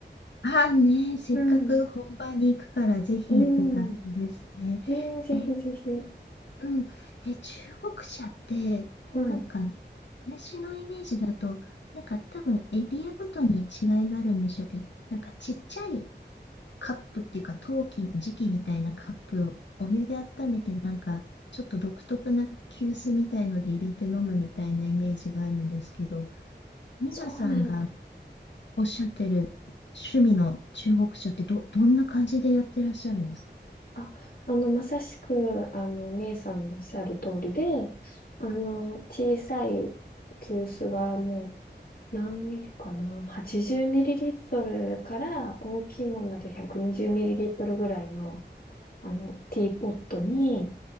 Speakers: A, on the left; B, on the left.
A: ああね、せっかく本場に行くからぜひって感じですね。
B: はい。うん。ねえ、ぜひぜひ。
A: え、うん、え、中国茶って、
B: はい。
A: なんか、私のイメージだと、なんか多分エリアごとに違いがあるんでしょうけど、なんかちっちゃいカップっていうか陶器、磁器みたいなカップをお湯で温めてなんかちょっと独特な急須みたいので入れて飲むみたいなイメージがあるんですけど、皆さんが
B: そうなんです。
A: おっしゃってる趣味の中国茶ってど、どんな感じでやってらっしゃるんですか
B: あ、あの、まさしく、あの、メイさんのおっしゃる通りで、あの、小さい急須がもう何ミリかな ?80 ミリリットルから大きいものだと120ミリリットルぐらいの、あの、ティーポットに、